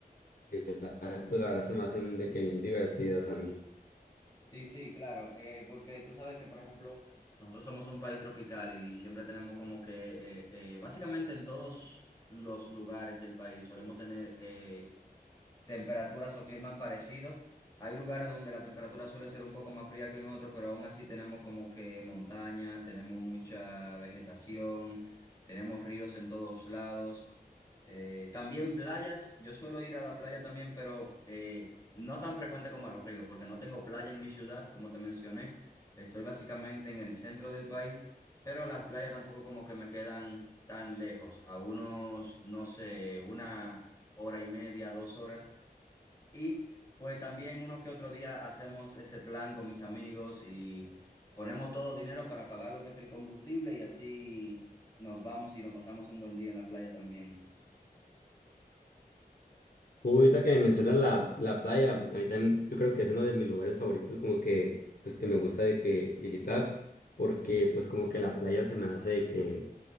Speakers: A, on the left; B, on the left.
A: pues la verdad se me hacen de que bien divertidas a mí.
B: Sí, sí, claro, eh, porque tú sabes que, por ejemplo, nosotros somos un país tropical y siempre tenemos como que, eh, eh, básicamente en todos los lugares del país solemos tener eh, temperaturas o climas parecidos. Hay lugares donde la temperatura suele ser un poco más fría que en otros, pero aún así tenemos como que montaña, tenemos mucha vegetación, tenemos ríos en todos lados. Eh, también playas, yo suelo ir a la playa también, pero eh, no tan frecuente como a los ríos, porque no tengo playa en mi ciudad, como te mencioné. Estoy básicamente en el centro del país, pero las playas tampoco como que me quedan tan lejos, a unos, no sé, una hora y media, dos horas. Y pues también uno que otro día hacemos ese plan con mis amigos y ponemos todo dinero para pagar lo que es el combustible y así nos vamos y nos pasamos un buen día en la playa también.
A: Ahorita que me mencionas la, la playa, a mí también yo creo que es uno de mis lugares favoritos como que, pues que me gusta de que visitar, porque pues como que la playa se me hace de que